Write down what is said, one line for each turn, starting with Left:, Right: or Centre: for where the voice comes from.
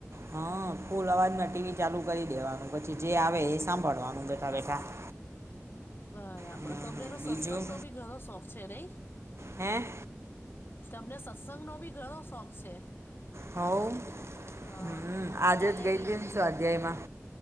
Right: હા ફુલ અવાજમાં ટીવી ચાલુ કરી દેવાનું પછી જે આવે એ સાંભળવાનું બેઠા બેઠા. <inaudible>
Left: બરાબર
Right: હમ, હમ.
Left: તમને તો
Right: બીજું
Left: સત્સંગ નો બી ઘણો શોખ છે નહી.
Right: હે.
Left: તમને સત્સંગ નો બી ઘણો શોખ છે.
Right: હવ
Left: હા
Right: હમ આજે
Left: કાલે
Right: જ ગઈ
Left: લી
Right: હતીમ સ્વાધ્યાયમાં.